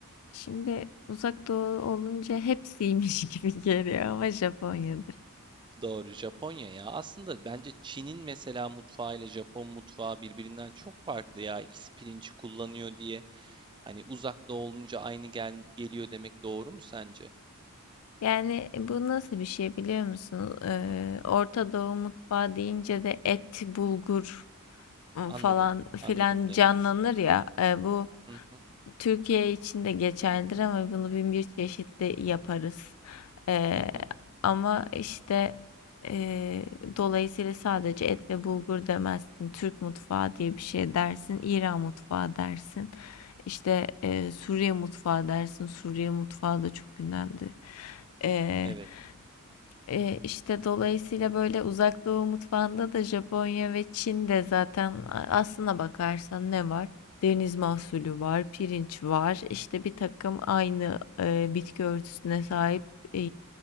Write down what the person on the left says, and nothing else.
şimdi Uzak Doğu olunca hepsiymiş <laughs> gibi geliyor ama Japonya'dır.
Yani bu nasıl bir şey biliyor musun? Ee,
Orta Doğu mutfağı deyince de et, bulgur ıı,
falan filan
canlanır
ya. Ee, bu
Türkiye için de geçerlidir ama bunu bin bir çeşitli yaparız. Ee,
ama işte e, dolayısıyla sadece et ve bulgur demezsin. Türk mutfağı diye bir şey dersin. İran mutfağı dersin. İşte e, Suriye mutfağı dersin. Suriye mutfağı da çok ünlendi. Ee,
ee, işte dolayısıyla böyle Uzak Doğu mutfağında da Japonya ve Çin'de zaten a- aslına bakarsan ne var? Deniz mahsulü var, pirinç var, işte bir takım aynı e, bitki örtüsüne sahip e,